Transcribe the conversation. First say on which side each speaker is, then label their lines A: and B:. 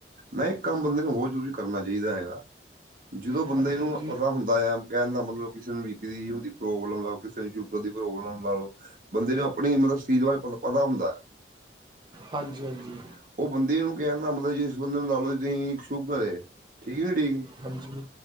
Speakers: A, on the right; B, on the right.
A: ਮ ਇੱਕ ਕੰਮ ਬੰਦੇ ਨੂੰ ਹੋਰ ਜ਼ਰੂਰੀ ਕਰਨਾ ਚਾਹੀਦਾ ਹੈਗਾ ਜਦੋਂ ਬੰਦੇ
B: ਹਾਂਜੀ
A: ਨੂੰ
B: ਹਾਂਜੀ
A: ਪਤਾ ਹੁੰਦਾ ਹਦਾ ਐ ਕਹਿਣ ਦਾ ਮਤਲਬ ਕਿਸੇ ਨੂੰ ਬੀ ਪੀ ਦੀ ਹ ਪ੍ਰੋਬਲਮ ਲਾਓ ਕਿਸੇ ਨੂੰ ਸ਼ੂਗਰ ਦੀ ਪ੍ਰੋਬਲਮ ਲਾ ਲਓ ਬੰਦੇ ਨੂੰ ਆਪਣੀ ਮਤਲਬ ਚੀਜ਼ ਬਾਰੇ ਪਤਾ ਹੁੰਦਾ ਹੈ
B: ਹਾਂਜੀ ਹਾਂਜੀ
A: ਠੀਕ। ਉਹ ਬੰਦੇ ਨੂੰ ਕਹਿਣਦਾ ਮਤਲਬ ਜੇ ਇਸ ਬੰਦੇ ਨੂੰ ਲ ਲੋਓ ਸ਼ੂਗਰ ਏ ਠੀਕ ਨੀ ਠੀਕ
B: ਹਾਂਜੀ